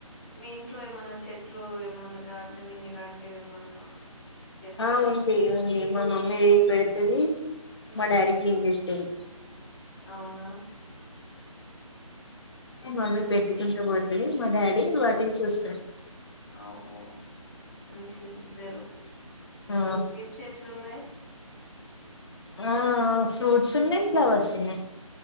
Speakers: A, on the left (about 25°); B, on the left (about 50°).
A: మీ ఇంట్లో ఏమన్నా చెట్లు ఏమన్నా గార్డెనింగ్ ఇలాంటివి ఏమన్నా చేస్తారా
B: ఆ ఉంది ఉంది మా మమ్మీ పెడుతది.
A: మ్మ్
B: మా డాడీ క్లీన్ చేస్తడు.
A: అవునా
B: మమ్మీ పెట్టుకుంటూ పోద్ది మా డాడీ వాటిని చూస్తారు
A: అ ఓహో మంచిగా ఇద్దరు
B: ఆ
A: ఏమి చెట్లు ఉన్నాయి
B: ఆ ఫ్రూట్స్ ఉన్నాయి ఫ్లవర్స్ ఉన్నాయి.